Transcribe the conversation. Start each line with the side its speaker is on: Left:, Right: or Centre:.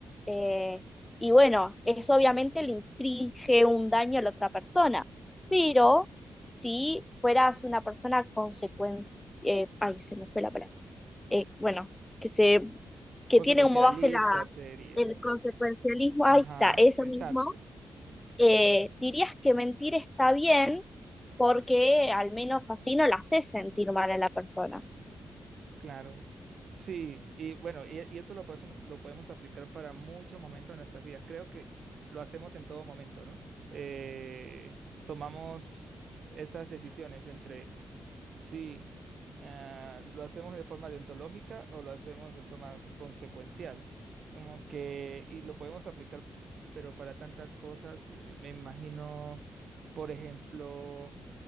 Left: eh, y bueno, eso obviamente le inflige un daño a la otra persona, pero si fueras una persona consecuencia, ay, se me fue la palabra, eh, bueno, que se, que
Right: Consecuencialista
Left: tiene como base la,
Right: sería,
Left: el
Right: ¿no?
Left: consecuencialismo,
Right: Ajá,
Left: ahí está, eso
Right: exacto,
Left: mismo, eh, dirías que mentir está bien porque al menos así no la haces sentir mal a la persona.
Right: claro. Sí, y bueno, y, y eso lo, podemos lo podemos aplicar para muchos momentos de nuestras vidas. Creo que lo hacemos en todo momento, ¿no? Eh, tomamos esas decisiones entre si ah, lo hacemos de forma deontológica o lo hacemos de forma consecuencial. Como que, y lo podemos aplicar, pero para tantas cosas, eh, me imagino, por ejemplo.